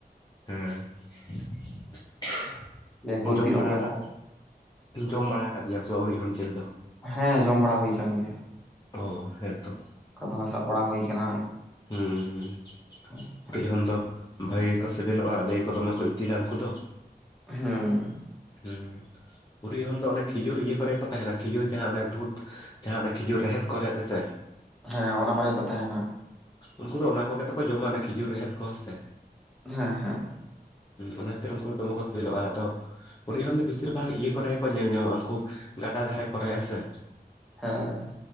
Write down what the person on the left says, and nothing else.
ᱦᱮᱸ᱾ <unintelligible>
ᱡᱚᱢ ᱵᱟᱲᱟ
ᱠᱟᱜ
ᱡᱚᱢ ᱵᱟᱲᱟ ᱟᱠᱟᱫ ᱜᱮᱭᱟᱢ ᱭ ᱩᱨᱤᱡᱦᱚᱱ ᱡᱮᱞ ᱫᱚ?
ᱚ ᱦᱮᱸ ᱛᱚ᱾
ᱦᱩᱸ ᱦᱩᱸ᱾
ᱩᱨᱤᱡᱦᱚᱱ ᱫᱚ ᱵᱷᱟᱜᱮ ᱜᱮᱠᱚ ᱥᱤᱵᱤᱞᱚᱜᱼᱟ, ᱞᱟᱹᱭ ᱟᱠᱚ ᱫᱚᱢᱮ ᱠᱚ ᱤᱛᱤᱞᱟ ᱩᱱᱠᱩ ᱫᱚ᱾
ᱦᱩ ᱩᱨᱤᱡᱦᱚᱱ ᱫᱚ ᱚᱱᱮ ᱠᱷᱤᱡᱩᱨ ᱤᱭᱟᱹ ᱠᱚᱨᱮ ᱠᱚ ᱛᱟᱦᱮᱱᱟ ᱠᱷᱤᱡᱩᱨ ᱡᱟᱦᱟ ᱚᱱᱮ ᱫᱷᱩᱛ ᱡᱟᱦᱟ ᱚᱱᱟ ᱠᱷᱤᱡᱩᱨ ᱨᱮᱦᱮᱫ ᱠᱚᱨᱮ ᱦᱮᱥᱮ
ᱩᱱᱠᱩ ᱫᱚ ᱚᱱᱟ ᱠᱚᱜᱮ ᱛᱮᱠᱚ ᱡᱚᱢ-ᱟ ᱚᱱᱟ ᱠᱷᱤᱡᱩᱨ ᱨᱮᱦᱮᱫ ᱠᱚ ᱦᱮᱥᱮ
ᱚᱱᱟ ᱠᱷᱟᱹᱛᱤᱨ ᱩᱱᱠᱩ ᱫᱚ ᱫᱚᱢᱮ ᱠᱚ ᱥᱤᱵᱤᱞᱚᱜᱼᱟ ᱟᱫᱚ ᱩᱨᱤᱡᱦᱚᱱ ᱫᱚ ᱵᱤᱹᱹᱹ ᱵᱮᱥᱤᱨ ᱵᱷᱟᱜᱽ ᱤᱭᱟᱹ ᱠᱚᱨᱮ ᱜᱮ ᱠᱚ ᱧᱮᱞ ᱧᱟᱢᱚᱜᱼᱟ ᱩᱱᱠᱩ ᱜᱟᱰᱟ ᱫᱷᱟᱨᱮ ᱠᱚᱨᱮ ᱦᱮ ᱥᱮ